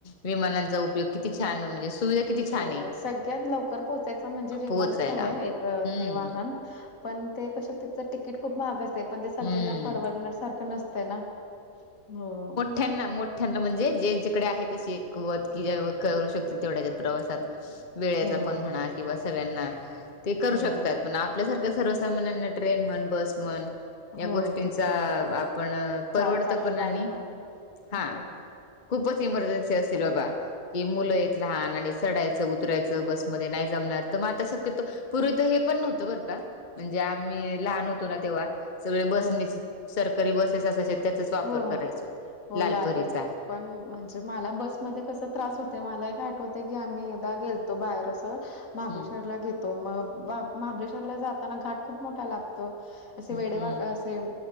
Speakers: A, on the left; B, on the left.
A: विमानांचा उपयोग किती छान म्हणजे सुविधा किती
B: हो
A: छान आहे
B: सगळ्यात लवकर पोहोचायच म्हणजे विमानच
A: पोहोचायला.
B: आहे एक अ
A: हम्म
B: ते वाहन पण ते कस त्याच टि कीट खूप महाग असते पण ते सगळ्यांना
A: हम्म
B: पडवडणार सारखं नसतंय ना हं
A: थ्यांना मोठ्यांना म्हणजे जेच्यांकडे आहे तशी कुवत की जेव करू शकते तेवढ्याच्या प्रवासात. वेळेचा
B: हो
A: पण म्हणा किंवा सगळ्यांना ते करू
B: हो
A: शकतात. पण आपल्यासारख्या सर्वसामान्यांना ट्रेन म्हण बस म्हण या
B: हो
A: गोष्टींचा
B: तेच परवडतय
A: अ आपण परवडत
B: चार चाकी
A: पण आणि
B: गाडी मग
A: हां
B: हो
A: खूपच इमर्जन्सी असे बाबा
B: हो
A: की मुलं आहेत लहान आणि चढायचं उतरायचं बसमध्ये नाही जमणार तर मग आता शक्यतो पूर्वी तर हे पण नव्हतं बरं का म्हणजे आम्ही लहान होतो ना तेव्हा सगळे बसणीच
B: हो
A: सरकारी बसेस असायच्या त्याचाच वापर
B: हो
A: करायचो
B: हो
A: लालपरीचा
B: लाल बस पण म्हणजे मला बसमध्येध्ये कस त्रास होत मलाही आठवते की आम्ही एकदा गेलतो बाहेर असं महाबलेश्वरला
A: हम्म
B: घेतो मग बा महाबलेश्वरला जाताना घाट खूप मोठा लागतो. असे वेळेवा
A: हम्म
B: असे